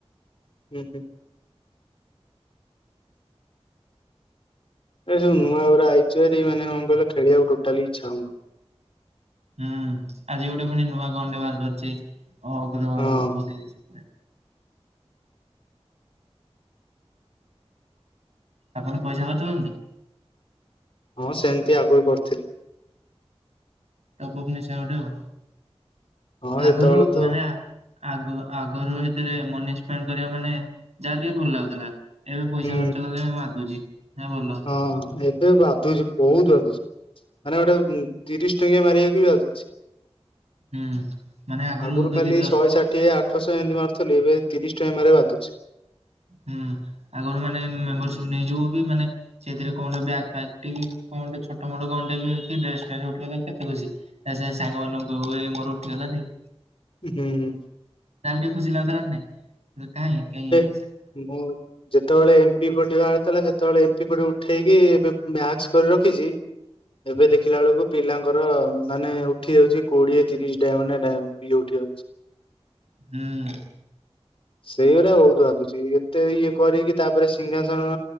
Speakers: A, on the left; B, on the right.
A: ଉଁ ହୁଁ। ଏବେ ସବୁ ନୂଆ ଗୁରା ଆଇଚୁ ହେରି ମାନେ କଣ କହିଲ ଖେଳିବାକୁ ଟୋଟାଲି ଇଛା ହଉନି।
B: ହୁଁ ଆଜି ଗୋଟେ ପୁଣି ନୂଆ ଗନ୍ ଟେ ବାହାର କରିଛି ଅଗର
A: ହଁ
B: ଏଭୋ ଦେଇ ଦେଇଛି ଆପଣ ପଇସା ଖର୍ଚ୍ଚ କରନ୍ତି
A: ହଁ ସେମିତି ଆଗରୁ କରିଥିଲି
B: ଟପଅପ୍ ନିଶା ଗୋଟେ ଆଉ
A: ହଁ
B: ଆଗରୁ
A: ସେତେବେଳେ ତ
B: ମାନେ ଆଗ ଆଗରୁ ଏଥିରେ ମନି ସ୍ପେଣ୍ଡ କରିବା ମାନେ ଯାହା ଟିକେ ଭଲ ଲାଗୁଥିଲା ଏବେ ପଇସା
A: ହୁଁ
B: ଖର୍ଚ୍ଚ କଲେ ବାଧୁଛି ହେ ଭଲ ଲାଗୁନି।
A: ହଁ ଏବେ ବାଧୁଛି ବହୁତ ବାଧୁଛି ମାନେ ଗୋଟେ ତିରିଶ ଟଙ୍କିଆ ମାରିବାକୁ ବି ବାଧୁଛି
B: ହୁଁ ମାନେ
A: ଆଗରୁ
B: ଯଦି
A: ଖାଲି
B: ଦଶ
A: ଶହେ ଷାଠିଏ ଆଠଶହ ଏମିତି ମାରୁଥିଲି ଏବେ ତିରିଶି ଟଙ୍କା ମାରିବା କୁ ବାଧୁଛି
B: ହୁଁ ଆଗରୁ ମାନେ ମେମ୍ବରସିପ ନେଇଯିବ ବି ମାନେ ସେଇଥିରେ କଣ ଟେ ବ୍ୟାଗ ପ୍ୟାକ ଟେ କଣ ଟେ ଛୋଟ ମୋଟ ଗନ୍ ଟେ କି ଡ୍ରେସ ପ୍ୟାଣ୍ଟ ଉଠିଗଲା କେତେ ଖୁସି ସେ ସାଙ୍ଗ ମାନଙ୍କୁ କହିବୁ ଏଇ ମୋର ଉଠି ଗଲାରେ
A: ହୁଁଁ
B: ତାହେଲେ ଟିକେ ଖୁସି ଲାଗୁଥିଲା ନା ନାଇ କାହିଁ କାହିଁ
A: ବହୁତ ଯେତେବେଳେ ଏମ ପି ଫଟି ବାହାରିଥିଲା ସେତେବେଳେ ଏମ ପି ଫଟି ଉଠେଇକି ଏବେ ମ୍ୟାକ୍ସ କରି ରଖିଛି ଏବେ ଦେଖିଲା ବେଳକୁ ପିଲାଙ୍କର ମାନେ ଉଠି ଯାଉଛି କୋଡିଏ ତିରିଶ ଟା ଡାଇମଣ୍ଡ ଡାଇମଣ୍ଡ ରେ ଇଏ ଉଠି ଯାଉଛି
B: ହୁଁ ହୁଁ
A: ସେଇଗୁଡା ବହୁତ ବାଧୁଛି ଏତେ ଇଏ କରିକି ତାପରେ ସିଂହାସନ